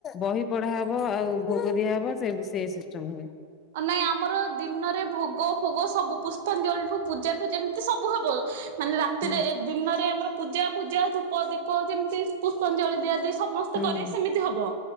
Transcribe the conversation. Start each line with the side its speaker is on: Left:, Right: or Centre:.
Left: ବହି ପଢାହ ବ ଆଉ ଭୋଗ ଦିଆହବ ସେବି ସେଇ ସିଷ୍ଟମ ହୁଏ।
Right: ନାଇଁ ଆମର ଦିନରେ ଭୋଗ ଫୋଗ ସବୁ ପୁଷ୍ପାଞ୍ଜଳି ଠୁ ପୂଜା ଠୁ ଯେମିତି ସବୁ ହବ ମାନେ ରାତିରେ
Left: ହୁଁ
Right: ଏ ଦିନରେ ଆମର ପୂଜା ଫୁଜା ଧୂପ ଦୀପ ଯେମିତି ପୁଷ୍ପାଞ୍ଜଳି ଦିଆଯାଏ ସମସ୍ତେ
Left: ହୁଁ
Right: କରିବ
Left: ହୁଁ
Right: ସେମିତି ହବ